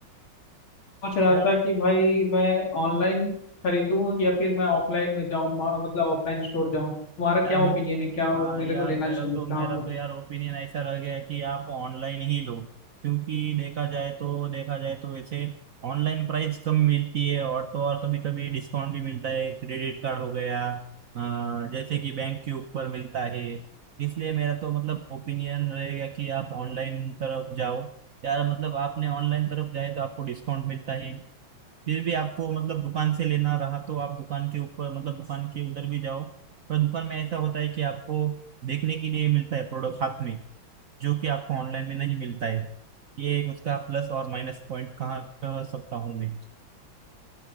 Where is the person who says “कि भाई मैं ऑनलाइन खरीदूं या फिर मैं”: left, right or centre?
Left